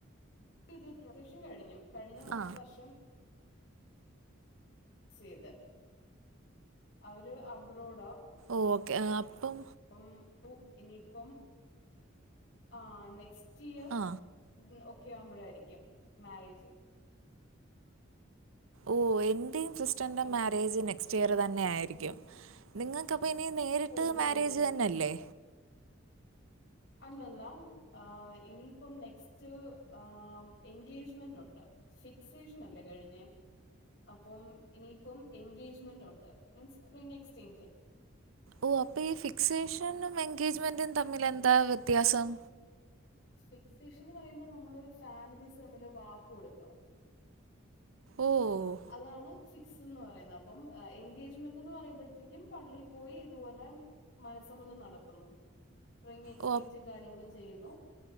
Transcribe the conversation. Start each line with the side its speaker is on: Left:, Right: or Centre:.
Left: <unintelligible> കഴിഞ്ഞു കഴിഞ്ഞ വ
Right: ആ
Left: വർഷം ചെയ്ത് അവര് അബ്രോഡ
Right: ഓക്കേ അപ്പം
Left: അപ്പം ഇനിപ്പം ആഹ് നെക്സ്റ്റ് ഇയർ
Right: ആ
Left: ഒക്കെയാവുമ്പഴാരിക്കും മാരേജ്
Right: ഓഹ് എന്റെയും സിസ്റ്ററിന്റെ
Left: അപ്പം
Right: മാരേജ് നെക്സ്റ്റ് ഇയർ തന്നെ ആയിരിക്കും നിങ്ങക്ക് പ്പ ഇനി നേരിട്ട്
Left: പോവാണല്ലേ
Right: മേരേജ് തന്നെല്ലേ
Left: അല്ലല്ല ആഹ് ഇനിയിപ്പം നെക്സ്റ്റ് ആമ് എൻഗേജ്മെന്റ് ഉണ്ട് ഫിക്സേഷൻ അല്ലേ കഴിഞ്ഞേ അപ്പം ഇനിയിപ്പം എൻഗേജ്മെന്റ് ഉണ്ട് മീൻസ് റിങ് എക്സ്ചേഞ്ച്
Right: ഓഹ് അപ്പൊ ഈ ഫിക്സേഷനും എൻഗേജ്മെന്റും തമ്മിൽ എന്താ വ്യത്യാസം
Left: ഫിക്സേഷൻന്ന് പറയുമ്പോ നമ്മള് ഫാമിലീസ് തമ്മില് വാക്ക് കൊട്ക്ക
Right: ഓഹ്
Left: അതാണ് ഫിക്സ് ന്ന് പറയുന്ന അപ്പം എൻഗേജ്മെന്റ് എന്ന് പറയുമ്പഴ്ത്തേക്കും പള്ളി പോയി ഇത്പോലെ മനസ്സമ്മതം നടത്തുന്നു റിങ് എക്സ്ചേഞ്ചും
Right: ഓ
Left: കാര്യങ്ങളും ചെയ്യുന്നു